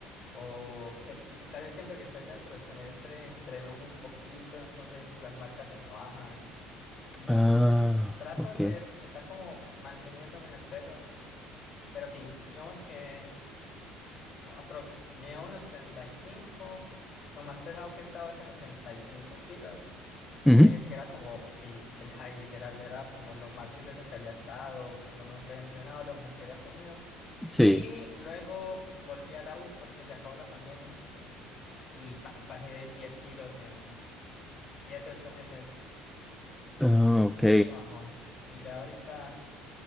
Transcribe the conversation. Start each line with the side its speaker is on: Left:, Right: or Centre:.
Left: O pues sí, casi siempre que estoy dentro del semestre entreno muy poquito, entonces las marcas se me bajan. Mm,
Centre: Ah,
Left: trato
Centre: ok.
Left: de estar como manteniéndome en el peso, pero sí, digamos que... Aprox, medía unos setenta y cinco. Lo más pesado que he estado es en 85 kilos,
Centre: Ujú,
Left: eh, que era como, sí, el high literal, era como lo más juicioso que había estado, lo mejor que había entrenado, lo mejor que había comido.
Centre: Sí.
Left: Y luego volví a la U porque se acabó la pandemia y pa, bajé 10 kilos en 7 8 meses.
Centre: Ah,
Left: Pues
Centre: ok.
Left: sí, me lo bajón. Y ya ahorita,